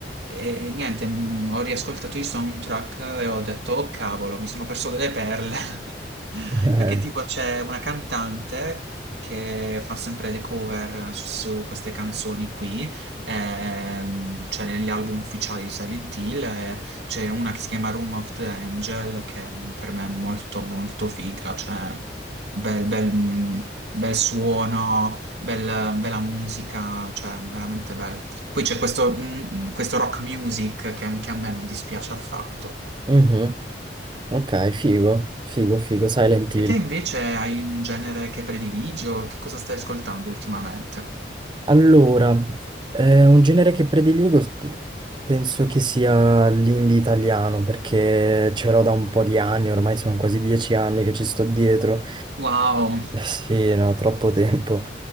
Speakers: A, on the right; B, on the right.
A: E, niente, mm, ho riascoltato i soundtrack e ho detto, oh cavolo, mi sono perso delle perle. <laughs>
B: Eh,
A: Perché tipo c'è una cantante che fa sempre le cover su, su queste canzoni qui, ehm, cioè negli album ufficiali di Silent Hill, e c'è una che si chiama Room of the Angel, che per me è molto molto figa, cioè bel, bel, mm, bel suono, bel- bella musica, cioè veramente bello. Poi c'è questo, mm, questo rock music che anche a me non dispiace affatto.
B: Mhm. Ok, figo, figo, figo, Silent Hill.
A: E te invece hai un genere che prediligi o che cosa stai ascoltando ultimamente?
B: Allora, eh, un genere che prediligo s- penso che sia l'indie italiano, perché ce l'ho da un po' di anni, ormai sono quasi dieci anni che ci sto dietro
A: Wow,
B: Sì, no, troppo tempo.